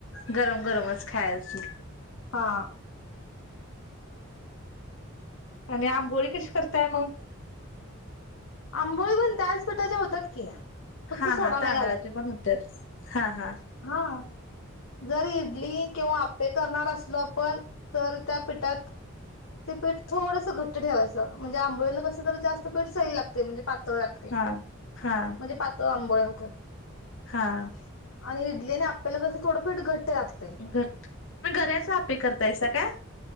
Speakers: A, on the left; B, on the left.
A: गरम गरमच खायायची
B: हा
A: आणि आंबोळी कशी करताय मग?
B: आंबोळी पण त्याच पीठाच्या होतात की फक्त
A: हा,
B: सोडा
A: हा
B: नाही
A: तांदळाचे पण हुत्यात हा हां
B: हां जर इडली किंवा आप्पे करणार असलो आपण, तर त्या पिठात ते पिठ थोडसं घट्ट ठेवायचं, म्हणजे आंबोळीला कस जरा जास्त पीठ सईल लागतय म्हणजे पा तळ लागतय
A: हा हा
B: म्हणजे पातळ आंबोळ्या होतात.
A: हां
B: आणि इडली आणि अप्पेला कसं थोडं पीठ घट्ट लागत
A: घट्ट, तुम्ही गऱ्याच आप्पे करतायसा काय?